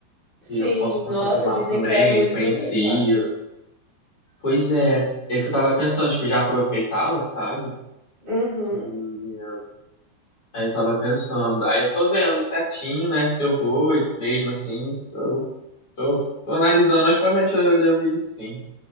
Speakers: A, on the right; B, on the left.
A: Sim,
B: E eu posso passar
A: nossa,
B: por lá
A: dizem
B: também,
A: que é muito
B: e conheci.
A: bonito lá.
B: Pois é, é isso que eu tava pensando, tipo, já aproveitava, sabe?
A: Uhum.
B: E aí eu tava pensando, aí eu tô vendo certinho, né, se eu vou e mesmo assim. Eu Tô, tô analisando, mas provavelmente eu devo ir sim,